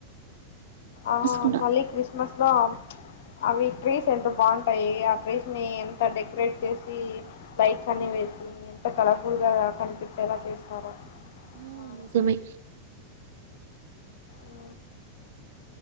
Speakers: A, on the left; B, on the right.
A: ఆ
B: కూడా.
A: మళ్ళ క్రిస్మస్లో అవి ట్రీస్ ఎంత బాగుంటాయి ఆ ట్రీస్ ని ఎంత డెకరేట్ చేసి లైట్స్ అన్ని ఎంత కలర్ఫుల్ గా కనిపించేలా చేస్తారో
B: ఆ
A: అవును.
B: నిజమే
A: ఉ